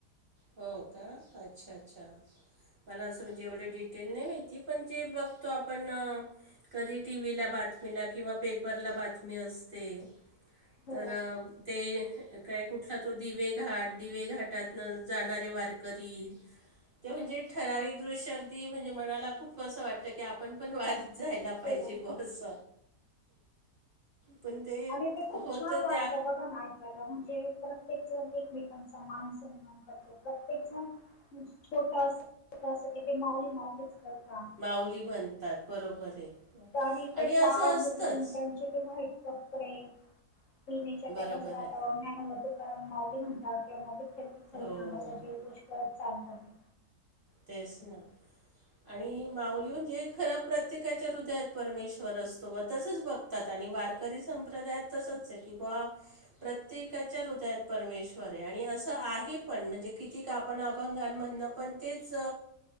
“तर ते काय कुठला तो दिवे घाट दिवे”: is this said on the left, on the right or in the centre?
Right